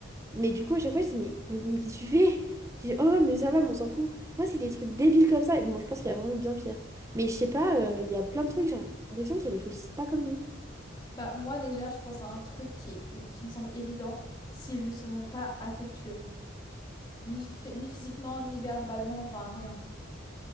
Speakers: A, on the right; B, on the left.
A: Mais du coup, à chaque fois, je dis, mais, mais, mais qu'est-ce que tu fais? Je dis, oh, mais ça va, mais on s'en fout. Moi, c'est des trucs débiles comme ça. Et bon, je pense qu'il y a vraiment bien pire. Mais je sais pas, euh, il y a plein de trucs, j'ai l'impression qu'ils réfléchissent pas comme nous.
B: Bah, moi, déjà, je pense à un truc qui est- qui me semble évident s'il ne se montre pas affectueux. Ni, phy- ni physiquement, ni verbalement, enfin, rien.